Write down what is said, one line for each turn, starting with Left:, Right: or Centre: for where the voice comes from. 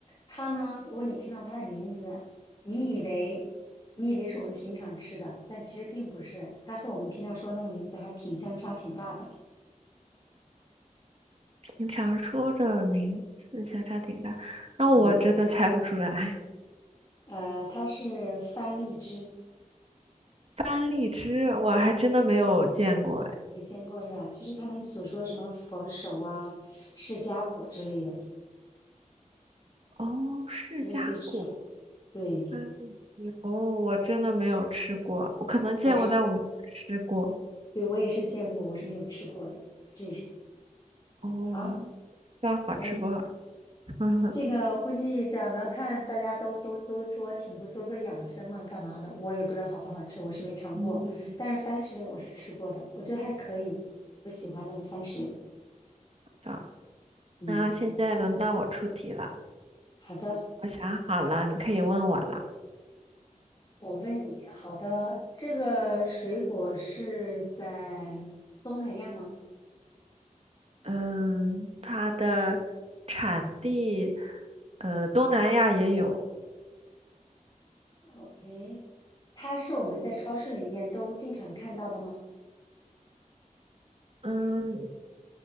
Left: 它呢，如果你听到它的名字，你以为你以为是我们平常吃的，但其实并不是。它和我们平常说的那个名字还挺相差挺大的。
Right: 你常说的名字相差挺大，那我真的猜不出来。
Left: 嗯，呃，它是番荔枝。
Right: 班荔枝我还真的没有见过哎。
Left: 也见过是吧？就是他们所说什么佛手啊、释迦果之类的，
Right: 哦，释迦果，
Left: 类似于这种。对，
Right: 班荔枝，哦，我真的没有吃过，我可能见过，
Left: 我是，
Right: 但我没有吃过。
Left: 对，我也是见过，我是没有吃过的这种。
Right: 哦，
Left: 好，
Right: 不知道好吃不好吃。
Left: 可以，
Right: <laughs>
Left: 这个估计这样，我们要看大家都都都说挺不错，说养生嘛，干嘛的？我也不知道好不好吃，我是没尝过，
Right: 嗯，
Left: 但是番石榴我是吃过的，我觉得还可以，我喜欢那个番石榴。
Right: 好，
Left: 嗯，
Right: 那现在轮到我出题了，
Left: 好的，
Right: 我想好了，你可以问我了。
Left: 我问你，好的，这个水果是在东南亚吗？
Right: 嗯，它的产地，呃，东南亚也有。
Left: OK，它是我们在超市里面都经常看到的吗？
Right: 嗯，